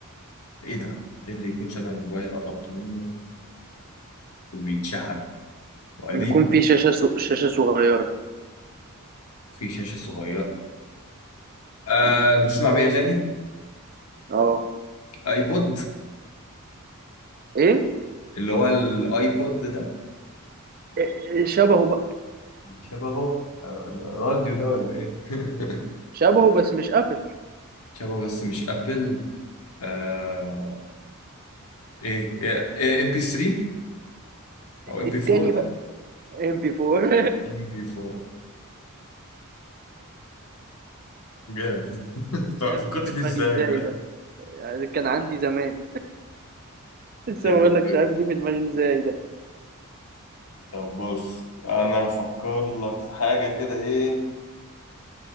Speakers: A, on the left; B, on the right.
A: ايه ده؟ ايه اللي يكون شبه الموبايل قربت منه وبيتشحن وقديم
B: بيكون في شاشه سو... شاشه صغيره
A: في شاشة صغيرة آه
B: مم.
A: بتسمع بيه أغاني؟
B: اه
A: ايبود
B: ايه
A: اللي هو الايبود ده
B: إيه- شبهه بقى
A: شبهه آه، راديو ده ولا ايه؟ <laughs>
B: شبهه بس مش ابل
A: شبهه بس مش ابل آه ايه ايه إيه، ام بي 3 او ام
B: التاني
A: بي 4 ده
B: بقى ام بي 4
A: ام بي 4 جامد
B: <laughs> مش
A: <laughs>
B: عارف
A: فكرت
B: جه في
A: فيه
B: دماغي
A: ازاي
B: ازاي
A: ده؟
B: ده يعني كان عندي زمان لسه
A: حلو
B: بقول لك مش عارف جه في دماغي ازاي ده
A: طب بص انا هفكر لك في حاجة كده ايه